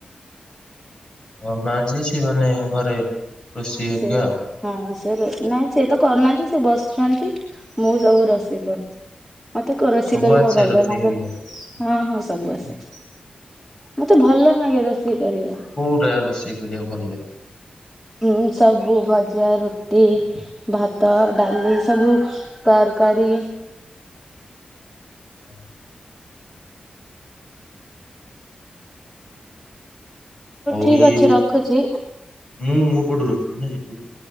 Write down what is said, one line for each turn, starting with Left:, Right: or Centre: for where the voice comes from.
Left: ଅ ମା ଯିଏ ସେ ମାନେ ଘରେ। ରୋଷେଇ ହେରିକା
Centre: ସେଇଆ।
Left: ଆଉ
Centre: ହଁ ସେ ରୋ ନାଇଁ ସିଏ ତ କରୁନାହାନ୍ତି ସେ ବସୁଛନ୍ତି ମୁଁ ସବୁ ରୋଷେଇ କରଛି। ମତେ କ ରୋଷେଇ
Left: ସବୁ
Centre: କରିବା
Left: ଆସେ
Centre: ଭଲ
Left: ରୋଷେଇ
Centre: ଲାଗେ।
Left: ହେରିକା।
Centre: ହଁ ହଁ ସବୁ ଆସେ ମତେ ଭଲ ଲାଗେ ରୋଷେଇ କରିବା।
Left: କୋଉଟା ରୋଷେଇ କରିବାକୁ ଭଲ ଲାଗେ?
Centre: ହଁ ସବୁ ଭଜା, ରୁଟି ଭାତ, ଡାଲି ସବୁ ତରକାରୀ
Left: ହ। ହଉ
Centre: ଠିକ
Left: ଇଏ
Centre: ଅଛି ରଖୁଛି।
Left: ମୁଁ ମୋ ପଟୁ ରଖିବି ନା ଏପଟୁ।